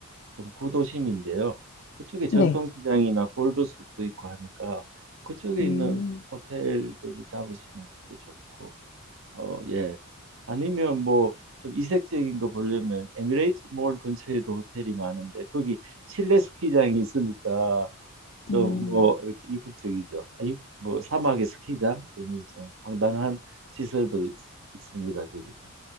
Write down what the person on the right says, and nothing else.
좀 구도심인데요. 그쪽에 전통시장이나
골드숲도 있고 하니까 그쪽에
있는 호텔들을 잡으시는 것도 좋고. 어, 예. 아니면 뭐 좀 이색적인 거 보려면 에미레이트 몰 근처에도 호텔이 많은데 거기 실내 스키장이 있으니까 좀
뭐 이렇게 이국적이죠. 아, 이- 뭐 사막의 스키장 그러면서 좀 황당한 시설도 있, 습니다 거기는.